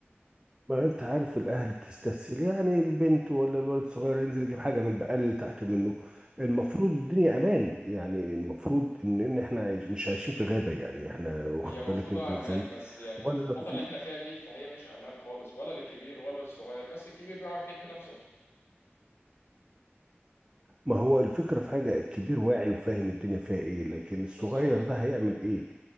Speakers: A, on the right (about 20°); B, on the left (about 65°).
A: ما انت عارف الاهل بتستسهل يعني البنت ولا الولد الصغير ينزل يجيب حاجه من البقال اللي تحت منه المفروض الدنيا امان يعني المفروض ان ان احنا عايش مش عايشين في غابه يعني احنا واخد
B: هي المفروض
A: بالك انت
B: آه،
A: ازاي
B: امان بس يعني
A: ولا
B: في الفتره
A: في
B: اللي احنا فيها دي فهي مش امان خالص ولا للكبير ولا للصغير بس الكبير بيعرف يحمي نفسه
A: ما هو الفكره في حاجه الكبير واعي وفاهم الدنيا فيها ايه لكن الصغير
B: بالظبط
A: ده هيعمل ايه